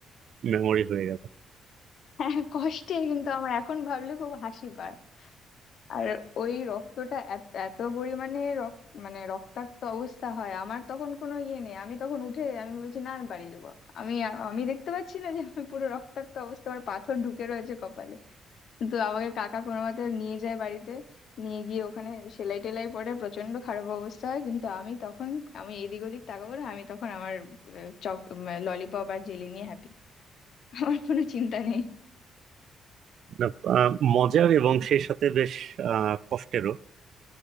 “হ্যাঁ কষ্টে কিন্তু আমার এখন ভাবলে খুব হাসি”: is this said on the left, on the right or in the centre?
Left